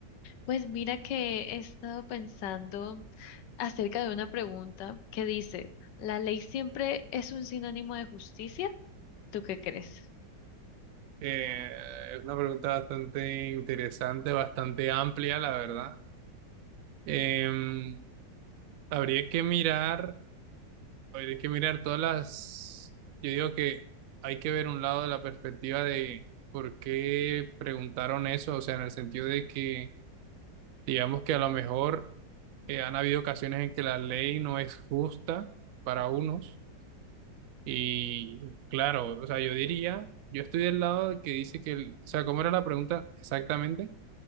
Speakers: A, on the left (about 75°); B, on the right (about 75°).
A: Pues mira que he estado pensando acerca de una pregunta que dice, ¿la ley siempre es un sinónimo de justicia? ¿Tú qué crees?
B: Eh, es una pregunta bastante interesante, bastante amplia, la verdad. Em, habría que mirar, habría que mirar todas las... Yo digo que hay que ver un lado de la perspectiva de por qué preguntaron eso, o sea, en el sentido de que, digamos que a lo mejor eh, han habido ocasiones en que la ley no es justa para unos Y claro, o sea, yo diría, yo estoy del lado de que dice que, el- o sea, ¿cómo era la pregunta exactamente?